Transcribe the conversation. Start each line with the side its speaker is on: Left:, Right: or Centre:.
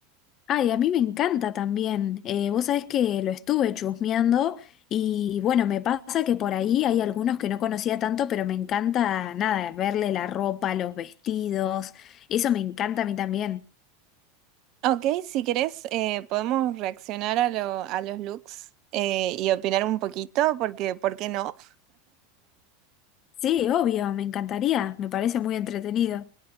Left: Ay, a mí me encanta también. Eh, vos sabés que lo estuve chusmeando y bueno, me pasa que por ahí hay algunos que no conocía tanto, pero me encanta nada, verle la ropa, los vestidos, eso me encanta a mí también.
Right: Ok, si querés, eh, podemos reaccionar a, lo- a los looks eh, y opinar un poquito, porque ¿por qué no?
Left: Sí, obvio, me encantaría, me parece muy entretenido.